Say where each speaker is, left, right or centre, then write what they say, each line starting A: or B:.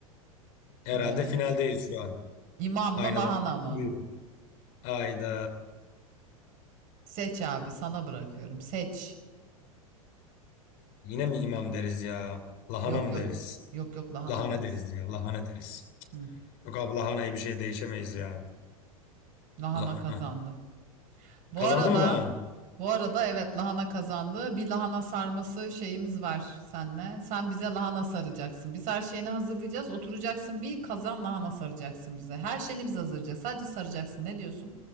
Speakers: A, on the left; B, on the right.
A: Herhalde
B: Ya.
A: finaldeyiz şu an.
B: İmam
A: Aynalar
B: mı lahana
A: gibi
B: mı?
A: duruyor. Ayda.
B: Seç abi sana bırakıyorum. Seç.
A: Yine mi imam deriz ya? Lahana
B: Yok
A: mı
B: yok.
A: deriz?
B: Yok yok lahana
A: Lahana
B: deriz.
A: deriz ya. Lahana deriz.
B: Hı.
A: Yok abi lahanayı bir şey değişemeyiz ya.
B: Lahana
A: Lahana.
B: kazandı. Bu
A: Kazandı
B: arada
A: mı lahana?
B: bu arada evet lahana kazandı. Bir lahana sarması şeyimiz var senle. Sen bize lahana saracaksın. Biz her şeyini hazırlayacağız. Oturacaksın bir kazan lahana saracaksın bize. Her şeyini biz hazırlayacağız. Sadece saracaksın. Ne diyorsun?